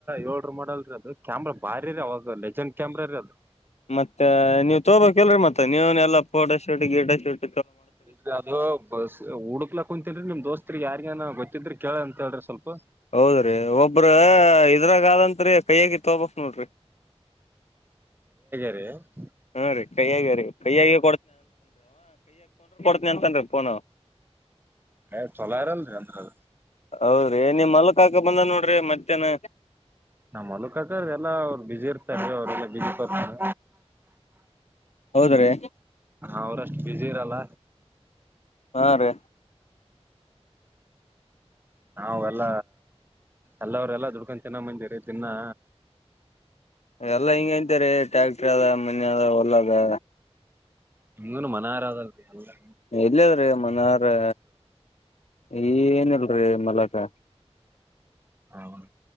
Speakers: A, on the right; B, on the left.
A: ಏಳುರು ಮಾಡಲ್ರಿ ಅದು ಕ್ಯಾಮ್ರಾ ಬಾರಿ ರೀ ಅವಾಗ ಲೆಜೆಂಡ್ ಕ್ಯಾಮ್ರಾರರಿ ಅದು.
B: ಮತ್ತ ನೀವ್ ತೋಬೋಕ್ ಇಲ್ರಿ ಮತ್ತ. ನಿವ್ನು ಎಲ್ಲಾ ಪೋಟೋ ಶೂಟ್ ಗಿಡ ಶೂಟ್ ತ
A: ಇಲ್ರಿ ಅದು ಬಸ್ ಹುಡ್ಕ್ಲ ಕುಂತೇನ್ರಿ ನಿಮ್ ದೋಸ್ತ್. ತ್ರಿ ಯಾರಿಗನ ಗೊತ್ತಿದ್ದರ ಕೇಳಂತ ತೋರಿ ಸ್ವಲ್ಪ.
B: ಹೌದ್ರಿ ಒಬ್ರ ಇದ್ರಾಗ ಅದಂತ್ರಿ ಕೈಯಗೆ ತೊಬೇಕ್ ನೋಡ್ರಿ.
A: ಏ
B: ಹಾ ರೀ ಕೈಯಾಗ ರೀ ಕೈಯಾಗೆ ಕೊಡ್ತಿನಂತಾನ್ರಿ ಫೋನ್ ಅಂವಾ.
A: ಏ ಚಲೋ ಇರಲ್ರಿ ಅಂತದ.
B: ಹೌದ್ರಿ ನಿಮ್ ಮಲ್ಲು ಕಾಕ ಬಂದನ ನೋಡ್ರಿ ಮತ್ತೇನ.
A: ನಮ್ ಮಲ್ಲು ಕಾಕರದ ಎಲ್ಲ ಅವ್ರು ಬಿಜಿ ಇರ್ತಾರಿ ಅವರೆಲ್ಲಾ ಬಿಜಿ ಪರ್ಸನ್.
B: ಹೌದ್ರಿ
A: ಅವರಷ್ಟ. ಬಿಜಿ ಇರಲ್ಲ.
B: ಹಾ ರೀ.
A: ನಾವೆಲ್ಲ ಎಲ್ಲವ್ರಲ್ಲಾ ದುಡ್ಕ ತಿನ್ನ ಮಂದಿ ರೀ ದಿನ್ನಾ.
B: ಎಲ್ಲಾ ಹಿಂಗೆ ಅಂತೀರಿ ಟ್ಯಾಕ್ಟರ್ ಅದ ಮನಿ ಅದ ಹೊಲ ಅದ.
A: ನಿಮ್ಗೂನು ಮನಾರ್ ಅದ ಅಲ್ರೀ ಎಲ್ಲಾ.
B: ಎಲ್ಲಿದ್ರಿ ಮನಾರಾ ಏನ ಇಲ್ರಿ ಮಲ ಕ
A: ಹ್ ಹ್ಮ್